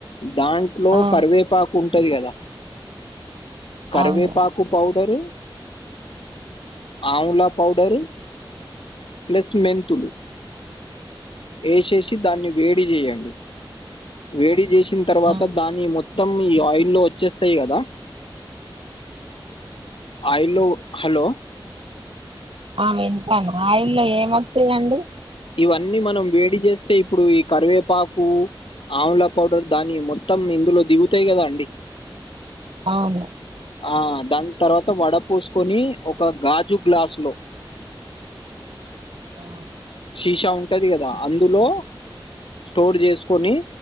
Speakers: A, on the left (about 75°); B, on the right (about 85°).
A: దాంట్లో
B: ఆ
A: కరివేపాకు ఉంటది కదా కరివేపాకు
B: అవును
A: పౌడరు ఆమ్లా పౌడరు ప్లస్ మెంతులు ఏసేసి దాన్ని వేడి చేయండి వేడి చేసిన తర్వాత
B: ఆ
A: దాన్ని మొ మొత్తం ఈ ఆయిల్ లో వచ్చేస్తాయి కదా ఆయిల్లో హలో
B: ఆ వింటాను ఆయిల్లో ఏమ్ వత్తాయి అండి
A: ఇవన్నీ మనం వేడి చేస్తే ఇప్పుడు ఈ కరివేపాకు ఆమ్ల పౌడర్ దాని మొత్తం ఇందులో దిగుతాయి కదా అండి
B: అవును
A: ఆ దాని తర్వాత వడ పోసుకొని ఒక గాజు గ్లాసు లో
B: ఆ
A: శీషా ఉంటది కదా అందులో స్టోర్ చేసుకొని